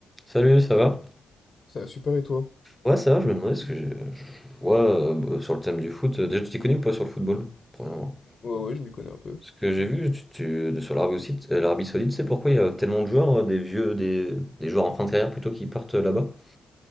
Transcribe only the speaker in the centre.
Salut, ça va?
Ouais, ça va, je me demandais ce que j'ai- je vois euh, bah, sur le thème du foot. euh, Déjà, tu t'y connais ou pas sur le football, premièrement?
Ce que j'ai vu tu, tu- de- sur l'Arabie Saoudite, euh, l'Arabie Saoudite, c'est pourquoi il y a tellement de joueurs, euh, des vieux, des, des joueurs en fin de carrière plutôt qui partent euh, là-bas?